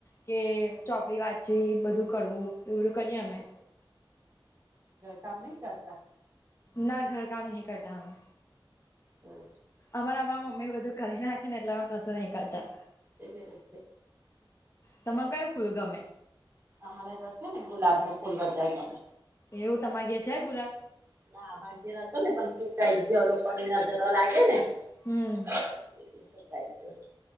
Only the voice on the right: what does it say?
ઘરકામ નહીં કરતા
હમ
એવું
અમારે તો છે ને ગુલાબ નું ફૂલ બધા ગમે
ના પહેલા અમારા ઘેર હતું પછી <unintelligible>
<unintelligible>